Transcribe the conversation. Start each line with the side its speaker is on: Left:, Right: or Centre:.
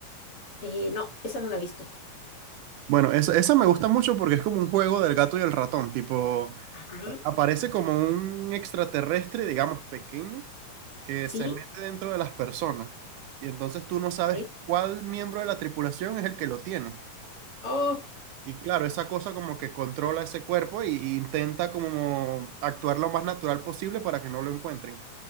Left: Eh, no, esa no la he visto.
Right: Bueno, esa, esa me gusta mucho porque es como un juego del gato y el ratón, tipo,
Left: Ajá.
Right: eh, aparece como un extraterrestre, digamos, pequeño, que
Left: ¿Sí?
Right: se mete dentro de las personas. Y entonces tú no sabes
Left: ¿Sí?
Right: cuál miembro de la tripulación es el que lo tiene.
Left: Oh,
Right: Y claro, esa cosa como que controla ese cuerpo y, y intenta como actuar lo más natural posible para que no lo encuentren.